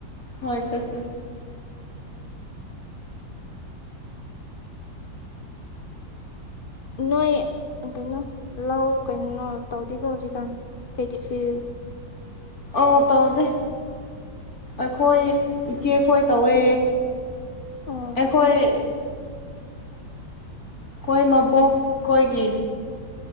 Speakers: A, on the left (about 50°); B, on the left (about 35°).
A: ꯍꯣꯏ ꯆꯠꯁꯦ
B: ꯅꯣꯏ ꯀꯩꯅꯣ ꯂꯧ ꯀꯩꯅꯣ ꯇꯧꯗꯦꯀꯣ ꯍꯧꯖꯤꯛꯀꯥꯟ ꯄꯦꯗꯤꯐꯤꯜ
A: ꯑ ꯇ ꯑꯣꯗ ꯑꯩꯈꯣꯏ ꯏꯆꯦꯈꯣꯏ ꯇꯧꯋꯦ
B: ꯑꯣ
A: ꯑꯩꯈꯣꯏ ꯑꯩꯈꯣꯏ ꯃꯕꯣꯛ ꯑꯩꯈꯣꯏꯒꯤ